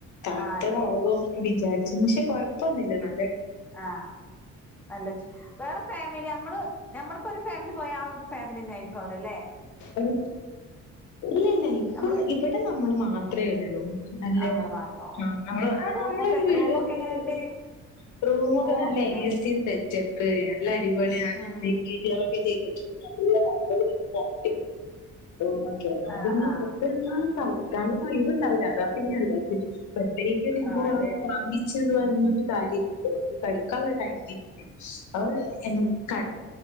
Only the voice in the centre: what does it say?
ആഹ് അതെ
ആഹ നല്ലച്ച് വേറെ ഫാമിലി നമ്മള് നമ്മളിപ്പോഒരു ഫാമിലി പോയാ ആ ഒരു ഫാമിലിതാന്നെ ആരിക്കുംആവിടല്ലെ
നമ്മള്
നമ്മള് മാത്രം
റൂമൊക്കെ
റൂമൊക്കെ
എങ്ങനെയുണ്ട്
റൂമൊക്കെല്ലേ
ഉം
ആഹ് ആഹ്
ആഹ്
ആഹ്
അതെ